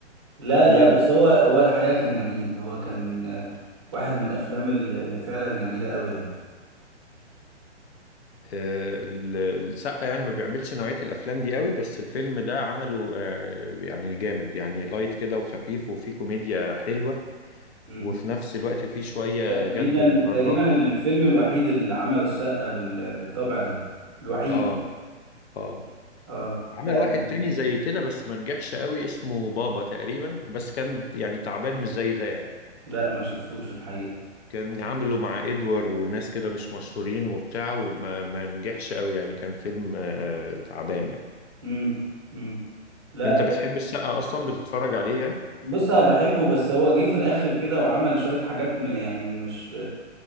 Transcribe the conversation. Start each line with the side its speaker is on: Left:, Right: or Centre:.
Right: لا
Left: جامد
Right: لا بس هو هو الحقيقة كان جميل هو كان آه، واحد من الافلام الل- اللي فعلا جميلة قوي يعني
Left: آه، ال- السقا يعني ما بيعملش نوعية الأفلام دي قوي بس الفيلم ده عمله آه، يعني جامد يعني لايت كده وخفيف وفيه كوميديا حلوة
Right: امم
Left: وفي نفس الوقت فيه شوية
Right: تقريبا
Left: جد ومطاردات
Right: تقريبا الفيلم
Left: و...
Right: الوحيد اللي عمله السقا بال... بالطبع ده الوحيد
Left: اه اه
Right: اه
Left: عمل
Right: لا
Left: واحد
Right: كان
Left: تاني زي كده بس ما نجحش قوي اسمه بابا تقريبا بس كان يعني تعبان مش زي ده يعني
Right: لا ما شفتوش الحقيقة
Left: كان عامله مع ادوار وناس كده مش مشهورين وبتاع وما ما نجحش قوي يعني كان فيلم آه، تعبان يعني
Right: امم امم لا
Left: انت بتحب السقا اصلا بتتفرج عليه يعني
Right: بص انا بحبه بس هو جه في الاخر كده وعمل شويه حاجات م- يعني مش